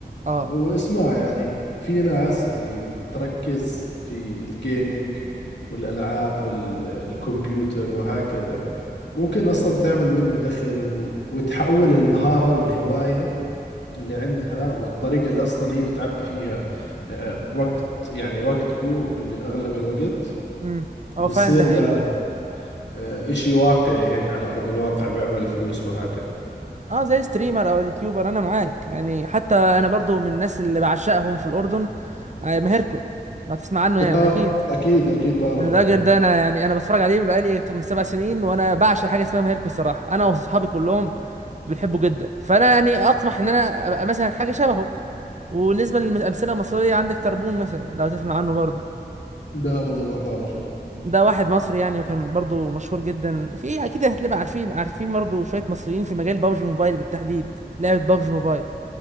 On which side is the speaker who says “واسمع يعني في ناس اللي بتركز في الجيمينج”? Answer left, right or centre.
Left